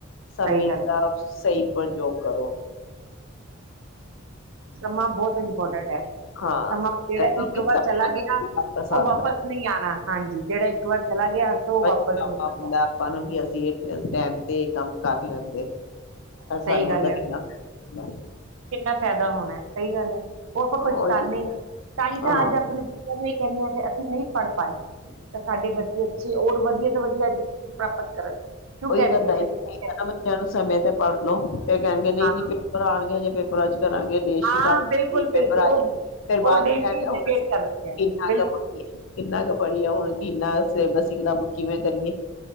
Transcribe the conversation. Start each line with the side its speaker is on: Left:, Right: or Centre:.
Left: ਸਮੇ
Right: ਸਹੀ ਗੱਲ
Left: ਦਾ ਸਹੀ ਪਰ ਜੋਕ ਕਰੋ
Right: ਸਮਾਂ ਬਹੁਤ ਇੰਪੋਰਟੈਂਟ ਹੈ
Left: ਹਾਂ,
Right: ਸਮਾਂ
Left: ਸਭ
Right: ਜਿਹੜਾ
Left: ਕਿਉਂਕਿ
Right: ਇੱਕ ਵਾਰ
Left: ਸਭ
Right: ਚਲਾ
Left: ਦਾ ਨੀ
Right: ਗਿਆ
Left: ਕੰਮ ਪਸੰਦ
Right: ਉਹ ਵਾਪਿਸ ਨਹੀਂ ਆਉਣਾ ਹਾਂਜੀ ਜਿਹੜਾ ਇੱਕ ਵਾਰ ਚ ਲੱਗ ਗਿਆ ਤਾਂ ਉਹ
Left: ਬਚਵਾ
Right: ਵਾਪਸ ਨਹੀਂ
Left: ਹੁੰਦਾ
Right: ਆਂਦਾ
Left: ਆਪਾਂ ਨੂੰ ਕਿ ਅਸੀਂ ਇਹ ਟਮ ਤੇ ਕੰਮ ਕਰ ਲੈਂਦੇ
Right: ਸਹੀ
Left: ਪਰ ਸਾਨੂੰ
Right: ਗੱਲ
Left: ਉਹਦਾ
Right: ਹੈ
Left: ਕਿੰਨਾ ਹਾਂ,
Right: ਕਿੰਨਾ ਫਾਇਦਾ ਹੋਣਾ ਸਹੀ ਗੱਲ ਹੈ ਉਹ ਆਪਾਂ
Left: ਹਾਂ, ਉਹੀ
Right: ਪਛਤਾਾਨਦੇ ਹਾਂ ਤਾਂ ਹੀ
Left: ਹਾਂ,
Right: ਤਾਂ ਅੱਜ ਆਪਣੇ ਬੱਚਿਆਂ ਨੂੰ ਇਹ ਕਹਿੰਦੇ ਹਾਂ ਕਿ ਨਹੀਂ ਪੜ ਪਏ ਸਾਡੇ ਬੱਚੇ ਅੱਚੇ ਹੋਰ ਵਧੀਆ ਵਧੀਆ ਐਜੂਕੇਸ਼ਨ ਪ੍ਰਾਪਤ ਕਰਨ ਕਿਉਂ
Left: ਉਹੀ
Right: ਕਹਿੰਦੇ
Left: ਤਾਂਤਾ
Right: ਆ ਇਸ ਲਈ ਕਹਿੰਦੇ
Left: ਬੱਚਿਆਂ ਨੂੰ ਸਮੇਂ ਤੇ ਪੜ੍ਹਨ ਫ ਕਹਿਣਗੇ ਨਹੀਂ
Right: ਹਾਂ
Left: ਜੀ ਪੇਪਰ ਆਉਣ ਗਿਆ ਜੇ <unintelligible> ਕਰਾਂਗੇ ਡੇਟ ਸ਼ੀ
Right: ਹਾਂ ਬਿਲਕੁਲ
Left: ਪੇਪਰ
Right: ਬਿਲਕੁਲ
Left: ਆ
Right: ਉਹ
Left: ਜਾੇ ਫਰ ਬਾਅਦ
Right: ਉਹ ਡੇਟ
Left: ਚ ਕਹਿਣ
Right: ਸ਼ੀਟ
Left: ਗਿਆ ਹੁਣ
Right: ਤੇ ਵੇਟ ਕਰ ਰਹੀ ਹੈ
Left: ਕਿੰਨਾ
Right: ਬਿਲਕੁਲ
Left: ਕੁ ਪੜੀਏ
Right: ਜੀ,
Left: ਕਿੰਨਾ ਕੁ ਪੜੀਏ ਹੁਣ ਕਿੰਨਾ ਸੇਬ ਸਿੱਖਦਾਮ ਕਿਵੇਂ ਕਰੀਏ